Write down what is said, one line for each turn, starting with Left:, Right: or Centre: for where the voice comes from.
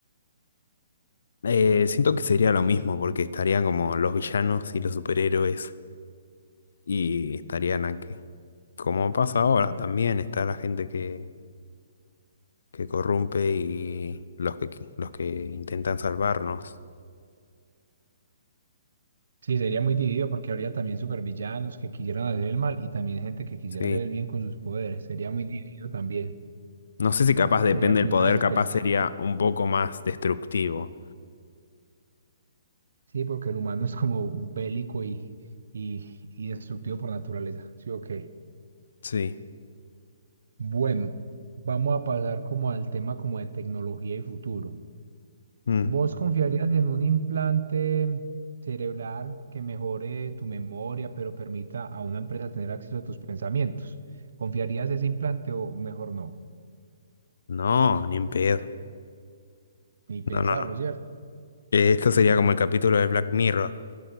Left: Eh, siento que sería lo mismo, porque estarían como los villanos y los superhéroes, y estarían aquí. Como pasa ahora, también está la gente que, que corrompe y los que, los que intentan salvarnos.
Right: Sí, sería muy dividido porque habría también supervillanos que quisieran hacer el mal y también gente que quisiera
Left: Sí.
Right: hacer el bien con sus poderes. Sería muy dividido también.
Left: No sé si capaz depende
Right: Sería como
Left: del poder,
Right: una de esas
Left: capaz
Right: películas.
Left: sería
Right: de-
Left: un poco más destructivo.
Right: Sí, porque el humano es como bélico y, y, y destructivo por naturaleza. Sí, ok.
Left: Sí.
Right: Bueno, vamos a pasar como al tema como de tecnología y futuro.
Left: Mm.
Right: ¿Vos confiarías en un implante cerebral que mejore tu memoria, pero permita a una empresa tener acceso a tus pensamientos? ¿Confiarías ese implante o mejor no?
Left: No, ni en pedo.
Right: Ni pensarlo,
Left: No, no, no.
Right: ¿cierto?
Left: Eh, Esto sería como el capítulo de Black Mirror.